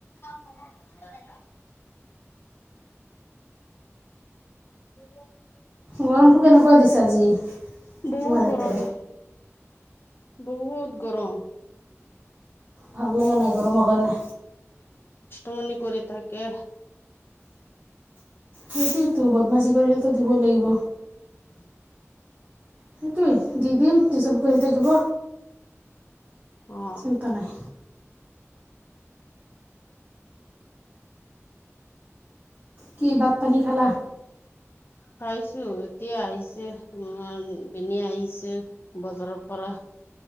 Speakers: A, on the left; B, on the right.
A: ম মানে উ
B: গৰমটো কেনেকুৱা দিছে আজি?
A: বহুত
B: তোমাৰ ইয়াতে
A: গৰম বহুত গৰম।
B: ভাল লগা নাই গৰমৰ কাৰণে।
A: মণ কৰি থাকে
B: সেইটোৱেইতো বদমাছি কৰিলেটো দিবই লাগিব।
A: উম
B: সেইটোৱেই দি দিম টিউশন কৰিথাকিব
A: অ
B: চিন্তা নাই। কি বাট পানী খালা?
A: খাইছো এতিয়া আহিছে ত পনে আহিছে বজাৰৰ পৰা